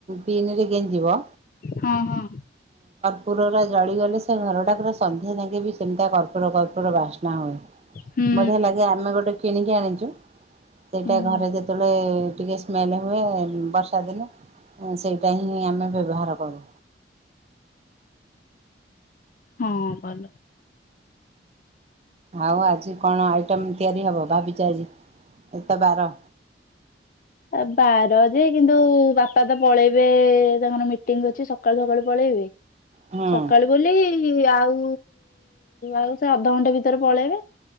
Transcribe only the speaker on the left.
ହଁ ହଁ
ହୁଁ
ହୁଁ
ହଁ ଭଲ।
ଆ ବାର ଯେ କିନ୍ତୁ ବାପା ତ ପଳେଇବେ ତାଙ୍କର ମିଟିଙ୍ଗ ଅଛି ସକାଳୁ ସକାଳୁ ପଳେଇବେ।
ସକାଳୁ ବୋଲି ଆଉ ଆଉ ସେ ଅଧଘଣ୍ଟା ଭିତରେ ପଳେଇବେ।